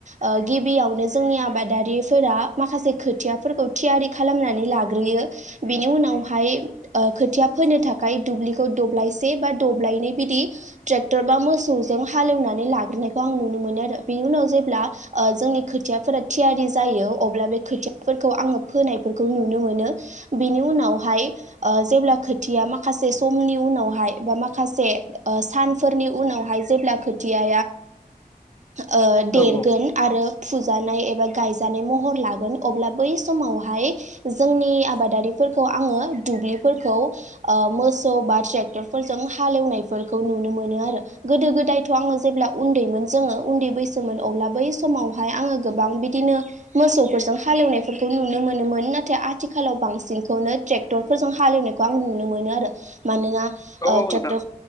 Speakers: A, on the right (about 50°); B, on the left (about 25°).
A: ओ गिबियावनो जोंनि आबादारिफोरा माखासे खोथियाफोरखौ थियारि खालामनानै लाग्रोयो बिनि उनावहाया ओ खोथिया फोनो थाखाय दुब्लिखौ दायसे बा दब्लायनै बिदि ट्रेक्टर बा मोसौजों हालेवनानै लाग्रोनायखौ आं नुनो मोनो आरो। ओ बिनि उनाव जेब्ला ओ जोंनि खोथियाफोरा थियारि जायो अब्ला बे खोथियाफोरखौ आङो फोन फोरखौ नुनो मोनो बिनि उनावहाय ओ जेब्ला खोथिया माखासे समनि उनाव हाय माखासे सानफोरनि उनावहाय जेब्ला खोथिया ओ देरगोन
B: औ
A: आरो फुजानाय एबा गायजानाय महर लागोन अब्ला बै समावहाय जोंनि आबादारिफोरखौ आङो दुब्लिफोरखौ ओ मोसौ बा ट्रेक्टर फोरजों हालएवनायफोरखौ नुनो मोनो आरो गोदो गोदायथ' आङो जेब्ला उन्दैमोन जोङो उन्दै बैसोमोन अब्ला बै समावहाय आङो गोबां बिदिनो मोसौफोरजों हालेवनायफोरखौ नुनो मोनो। मोनोमोन नाथाय आथिखालाव बांसिनखौनो ट्रेक्टरफोरजों हालेवनायखौ आं नुनो मोनो आरो मानोना
B: औ
A: ओ
B: औ
A: ट्रेक्टर
B: नोंथां